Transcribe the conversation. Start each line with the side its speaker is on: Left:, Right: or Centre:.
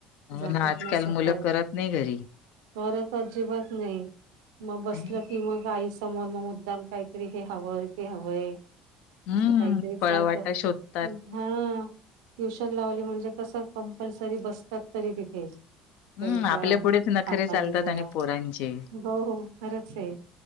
Left: हो
Right: जातात
Left: आजकाल
Right: ना सकाळी
Left: मुलं करत नाही घरी.
Right: करत अजिबात नाही मग बसलं
Left: हम्म
Right: की मग आई समोर मग मुद्दाम काहीतरी हे हवंय ते हवंय
Left: हम्म,
Right: असं काहीतरी चालतं
Left: पळवाटा शोधतात.
Right: हम्म ट्युशन लावली म्हणजे कसं कंपल्सरी बसतात तरी तिथे
Left: हम्म
Right: त्यांच्या
Left: आपल्या पुढेच नखरे
Right: भापाने
Left: चालतात
Right: जरा
Left: आणि पोरांचे.
Right: हो हो खरच आहे